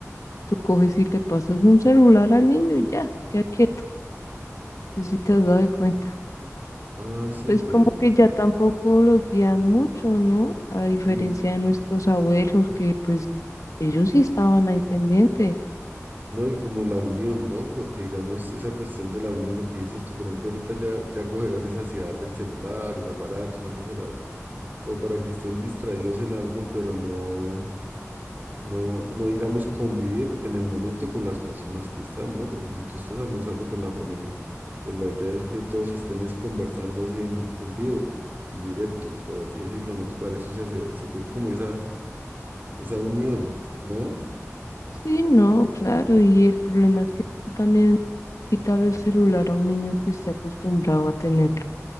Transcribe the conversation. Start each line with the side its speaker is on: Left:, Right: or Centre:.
Left: Tú coges y le pasas un celular al niño y ya, se queda quieto, no sé si te has dado cuenta.
Right: Ah, sí,
Left: Entonces
Right: pero
Left: como que ya tampoco los guían mucho, ¿no? A diferencia
Right: mm,
Left: de nuestros abuelos, que pues ellos sí estaban ahí pendientes.
Right: no, y como la unión, ¿no? Porque, digamos, esa cuestión de la unión, lo que dices tú, por ejemplo, ahorita ya, ya cogerán esa ansiedad del celular, el aparato, una cosa y la otra, como para que estén distraídos en algo, pero no. no, no digamos convivir en el momento con las personas que están, ¿no? Porque si tú estás almorzando con la familia, pues la idea es que todos estén es conversando así en, en vivo, en directo, por así decirlo, ¿no te parece? O sea, se, se pierde como esa, esa unión, ¿no?
Left: Sí, no, claro, y el problema es que tú también quitarle el celular a un niño que esté acostumbrado a tenerlo.